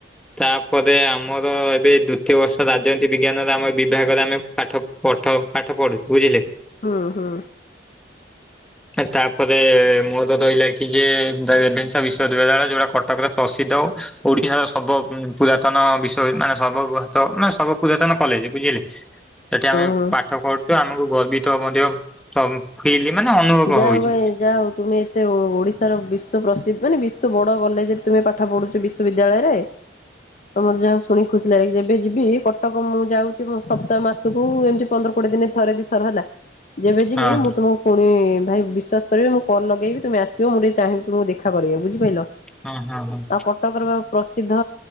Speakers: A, in the centre; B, on the left.
A: ତାପରେ ଆମର ଏବେ ଦ୍ଵିତୀୟ ବର୍ଷ ରାଜନୀତି ବିଜ୍ଞାନର ଆମ ବିଭାଗରେ ଆମେ ପାଠ ପଢ ପାଠ ପାଠ ପଢୁଛିି ବୁଝିଲେ।
B: ହଁ ହଁ।
A: ତାପରେ ମୋ ତ ରହିଲା କି ରେଭେନ୍ସା ବିଶ୍ୱବିଦ୍ୟାଳୟ ଯୋଉଟା କଟକରେ ପ୍ରସିଦ୍ଧ। ଓଡିଶାର ସର୍ବ ପୁରାତନ ବିଶ୍ୱ ମାନେ ସର୍ବ ବୃହତ ମାନେ ସର୍ବ ପୁରାତନ କଲେଜ ବୁଝିଲେ। ସେଠି ଆମେ
B: ହୁଁ।
A: ପାଠ ପଡିଛୁ ଆମକୁ ଗର୍ବିତ ମଧ୍ୟ ଫିଲ୍ ମାନେ ଅନୁଭବ
B: ଯାହା
A: ହଉଛି
B: ହଉ ଭାଇ ଯାହା ହଉ ତୁମେ ଏତେ ଓଡିଶାର ବିଶ୍ଵ ପ୍ରସିଦ୍ଧ ମାନେ ବିଶ୍ୱ ଏତେ ବଡ କଲେଜ ରେ ତୁମେ ପାଠ ପଢୁଛ । ବିଶ୍ୱବିଦ୍ୟାଳୟରେ। ତମ ଯାହା ହଉ ଶୁଣିି ଖୁସି ଲାଗେ ଯେବେ ଯିବି କଟକ, ମୁଁ ଯାଉଛି ମ ସପ୍ତା ମାସ ତୁବୁ ଏମିତି ପନ୍ଦର କୋଡିଏ ଦିନ ଥରେ ଦି ଥର ହେଲା ଯେବେ ଯିବି
A: ହଁ
B: ମୁଁ ତମକୁ ଇଁ ଭାଇ ବିଶ୍ୱାସ କରିବେ ମୁଁ କଲ୍ ଲଗେଇବି ତମେ ଆସିବ ମୁଁ ଟିକେ ଚାହିଁବି ତମକୁ ଦେଖା କରିବାକୁ ବୁଝିପାରିଲ।
A: ହଁ ହଁ ହଁ ହଁ
B: ଆଉ କଟକର ପ୍ରସିଦ୍ଧ